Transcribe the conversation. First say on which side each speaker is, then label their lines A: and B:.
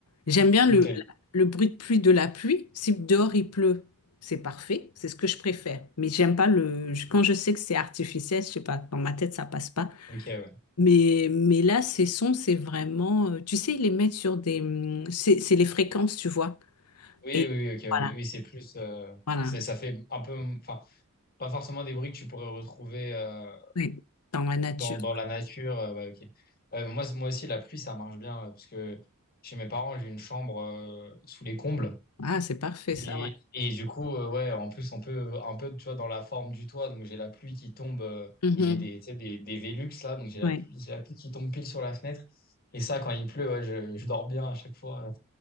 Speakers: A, on the left (about 85°); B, on the left (about 40°).
A: J'aime bien
B: Ok,
A: le, le bruit de pluie de la pluie. Si dehors il pleut, c'est parfait, c'est ce que je préfère. Mais j'aime pas le... Quand je sais que c'est artificiel, je sais pas, dans ma tête, ça passe pas.
B: ok, ouais.
A: Mais, mais là, ces sons, c'est vraiment... euh, Tu sais, ils les mettent sur des... hum, C'est c'est les fréquences, tu vois.
B: Oui,
A: Et
B: oui, oui, ok,
A: voilà,
B: oui. Oui, c'est plus. euh,
A: voilà.
B: c'est, ça fait un peu. Enfin. Pas forcément des bruits que tu pourrais retrouver euh,
A: Oui, dans la nature.
B: dans, dans la nature. euh, ouais, ok. Euh, moi, moi aussi, la pluie, ça marche bien, euh, parce que chez mes parents, j'ai une chambre euh, sous les combles.
A: Ah, c'est parfait
B: Et,
A: ça, ouais.
B: et du coup, euh, ouais, en plus, on peut un peu, tu vois, dans la forme du toit, donc j'ai la pluie qui tombe, euh,
A: Mhm,
B: et j'ai des, tu sais, des, des Velux là, donc j'ai la
A: ouais.
B: pluie, j'ai la pluie qui tombe pile sur la fenêtre. Et ça, quand il pleut, ouais, je, je dors bien à chaque fois.